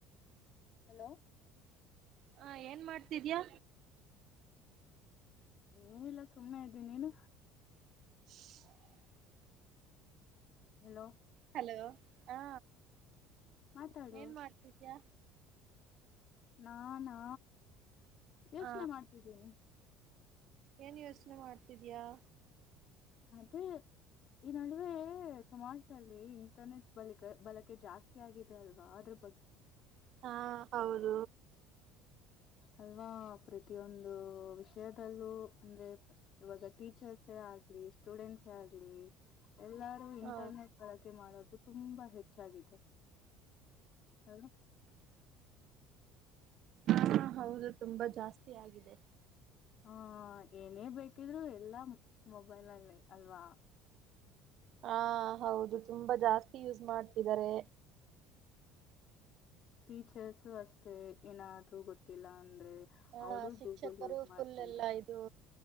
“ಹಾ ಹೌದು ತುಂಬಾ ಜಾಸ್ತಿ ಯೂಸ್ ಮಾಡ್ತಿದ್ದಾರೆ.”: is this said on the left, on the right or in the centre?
Right